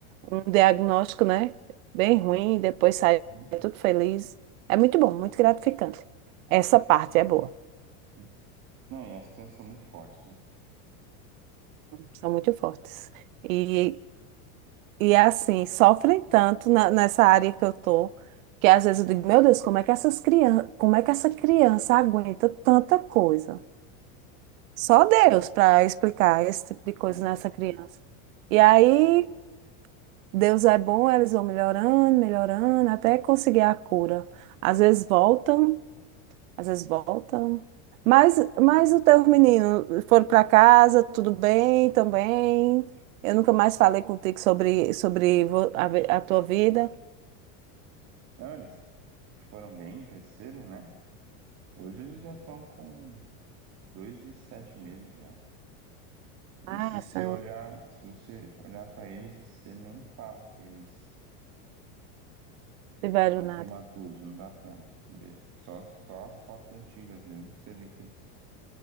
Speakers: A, on the right; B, on the right.
A: um diagnóstico, né? Bem ruim, e depois sai
B: Uhum.
A: tudo feliz. É muito bom, muito gratificante. Essa parte é boa,
B: Sim. Não, e as crianças são muito fortes, né?
A: são muito fortes. E, e assim, sofrem tanto na- nessa área que eu tô, que às vezes eu digo, meu Deus, como é que essas crianças, como é que essa criança aguenta tanta coisa? Só Deus para explicar esse tipo de coisa
B: Ah,
A: nessa criança. E aí, Deus é bom, eles vão melhorando, melhorando, até conseguir a cura. Às vezes voltam Às vezes voltam. Mas, mas o teu menino, foram para casa, tudo bem também? Eu nunca mais falei contigo sobre, sobre vo- a, vi- a tua vida.
B: Não, eles foram bem, cresceram, né? Hoje eles já estão com dois e sete meses já. E
A: Ah,
B: se você
A: são,
B: olhar, se você olhar para eles, você nem fala que eles
A: tiveram
B: estão
A: nada.
B: prematuros, não dá pra ver. Só, só as fotos antigas mesmo, que você vê que eles